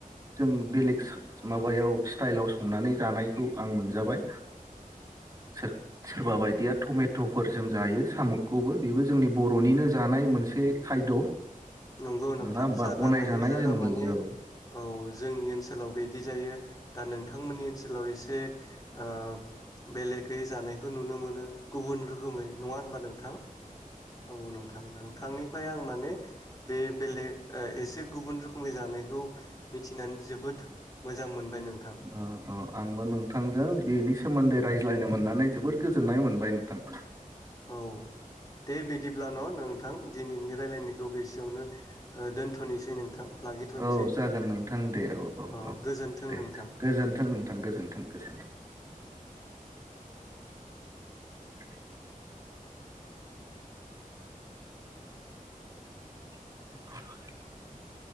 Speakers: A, on the right; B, on the left.
A: जों बेलेग सा माबायाव स्टाइलाव संनानै जानायखौ आं मोनजाबाय सोर-सोरबा बायदिया टमेट'फोरजों जायो। साम'गखौबो बेबो जोंनि बर'निनो जानाय मोनसे खायद'।
B: नंगौ नोंथा
A: नङा होमबा
B: जागा
A: गनायजानाय
B: लायै जागा
A: जोंनि
B: माने
A: औ
B: औ जोंनि ओनसोलाव बेद दि जायो दा नोंथांमोननि ओनसोलाव एसे आ बेलेगै जानायखौ नुनो मोनो। गुबुन रोखोमै नङा होनबा नोंथां औ नोंथां नोंथांनिफ्राय आं माने ए बेलेग ओ एसे गुबुन रोखोमै जानायखौ मिथिनानै जोबोद मोजां मोनबाय नोंथां
A: ओ अ आंबो नोंथांजों बेनि सोमोन्दै रायज्लायनो मोननानै जोबोद गोजोननाय मोनबाय नोंथां
B: औ दे बिदिब्ला न' नोंथां दिनैनि रायलायनायखौ बेसेयावनो ओ दोनथ'नोसै नोंथां। लाखिथ'नोसै
A: औ जागोन नोंथां दे औ औ
B: अ
A: औ
B: गोजोन्थों
A: दे
B: नोंथां
A: गोजोन्थों नोंथां गोजोनथों गोजोन्थों <inaudible> <unintelligible>